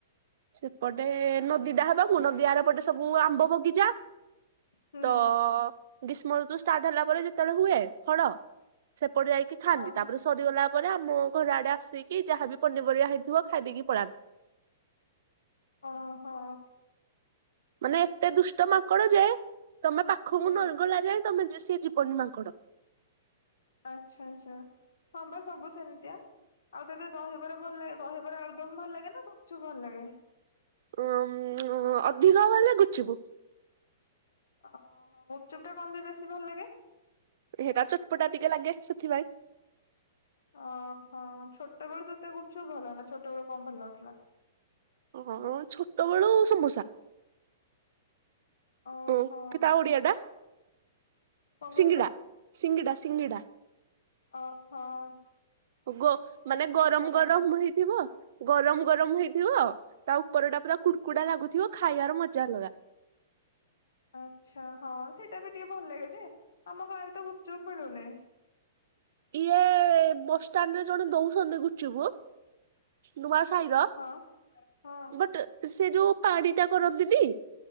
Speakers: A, on the right; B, on the left.
A: ସେପଟେ ନଦୀଟା ହବାକୁ ନଦୀ ଆରପଟେ ସବୁ
B: ହୁଁ
A: ଆମ୍ବ ବଗିଚା।
B: ହୁଁ।
A: ତ ଗ୍ରୀଷ୍ମ ଋତୁ ଷ୍ଟାର୍ଟ ହେଲା ପରେ ଯେତେବେଳେ ହୁଏ ଫଳ ସେପଟେ ଯାଇକି ଥାଆନ୍ତି
B: ଓହୋ
A: ତାପରେ ସରିଗଲା ପରେ ଆମୋ ଘର ଆଡେ ଆସିକି ଯାହା ବି ପନିପରିବା ହେଇଥିବ ଖାଇ ଦେଇକି ପଳାନ୍ତି।
B: ଓହୋ।
A: ମାନେ ଏତେ ଦୁଷ୍ଟ ମାଙ୍କଡ ଯେ, ତମେ ପାଖକୁ
B: ହୁଁ
A: ନରଗଲା ଯାଏ ତମେ ସିଏ ଯିବନି ମାଙ୍କଡ।
B: ଆଚ୍ଛା -ଆଚ୍ଛା ହଁ ବା ସବୁ ସେମିତିଆ ଆଉ ଯଦି ଦହିବାରା ଭଲ ଲାଗ୍ ଦହିବରା ଆଳୁଦମ୍ ଭଲ ଲାଗେ ନାଁ ଗୁପ୍ ଚୁପ୍ ଭଲ ଲାଗେ?
A: ଉଁ ଅଧିକ ଭଲଲାଗେ ଗୁଚୁପୁ।
B: ଅ ଗୁପ୍ ଚୁପ୍ ଟା କମ୍ ପାଇଁ ବେଶୀ ଭଲ୍ ଲାଗେ?
A: ହେଟା ଚଟ୍ ପଟା ଟିକେ ଲାଗେ ସେଥିପାଇଁ।
B: ଅଁ ହଁ ଛୋଟବେଳୁ ତତେ ଗୁପ୍ ଚୁପ୍ ଭଲ ନାଁ ଛୋଟବେଳୁ କଣ ଭଲ ଲାଗୁଥିଲା?
A: ହଁ ଛୋଟବେଳୁ ସମୋସା।
B: ଓହୋ
A: ହଁ ତା ଓଡ଼ିଆ ଟା
B: କଣ କହିଲୁ
A: ସିଙ୍ଗିଡ଼ା -ସିଙ୍ଗିଡ଼ା- ସିଙ୍ଗିଡ଼ା।
B: ହଁ -ହଁ।
A: ଗ ମାନେ ଗରମ୍
B: କଥା।
A: ଗରମ୍ ହେଇଥିବ, ଗରମ୍ ଗରମ୍ ହେଇଥିବ। ତା ଉପର ଟା ପୁରା କୁଡ୍ କୁଡା ଲାଗୁଥିବ, ଖାଇବାର ମଜା ଅଲଗା।
B: ଆଚ୍ଛା ହଁ ସେଇଟା ବି ଟିକେ ଭଲ ଲାଗେ ଯେ ଆମ ଗାଁରେ ତ ଗୁପ୍ ଚୁପ୍ ମିଳୁନି।
A: ଇଏ ବସଷ୍ଟାଣ୍ଡ ରେ ଜଣେ ଦଉଛନ୍ତି ଗୁପଚୁପୁ। ନୂଆ ସାହିର
B: ହଁ ହଁ
A: ବଟ୍ ସେ ଯୋଉଁ ପାଣି ଟା କରନ୍ତିନି।